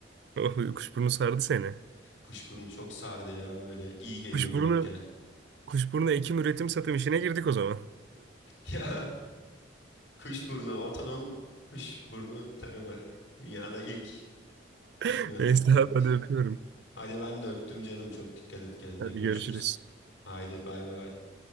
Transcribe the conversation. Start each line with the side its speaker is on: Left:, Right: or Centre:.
Right: Oh, kuşburnu sardı seni.
Left: Kuşburnu çok sardı ya böyle iyi geliyor
Right: Kuşburnu
Left: gripken. <laughs>
Right: Kuşburnu ekim üretim satım işine girdik o zaman.
Left: Ya kuşburnu otonom kuşburnu tarımı. Dünyada ilk Türk
Right: <laughs>
Left: mühendisler
Right: Neyse abi
Left: geç.
Right: hadi öpüyorum.
Left: Hadi ben de öptüm canım. Çok dikkat et kendine
Right: Hadi
Left: görüşürüz.
Right: görüşürüz.
Left: Haydi bay bay.